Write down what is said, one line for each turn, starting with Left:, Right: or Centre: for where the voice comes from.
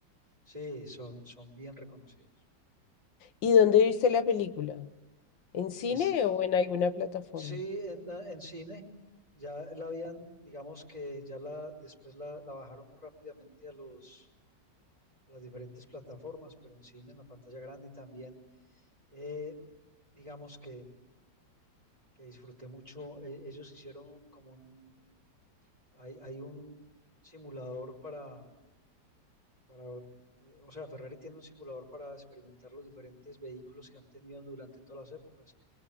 Right: Sí, son, son bien reconocidos.
Left: ¿Y dónde viste la película? ¿En cine
Right: Es,
Left: o en alguna plataforma?
Right: sí, en, en cine ya la habían, digamos que ya la, después la, la bajaron muy rápidamente a los, a las diferentes plataformas, pero en cine, en la pantalla grande y también Eh, digamos que, que disfruté mucho. Eh, ellos hicieron un- como un, hay, hay un simulador para, para eh, o sea, Ferrari tiene un simulador para experimentar los diferentes vehículos que han tenido durante todas las épocas.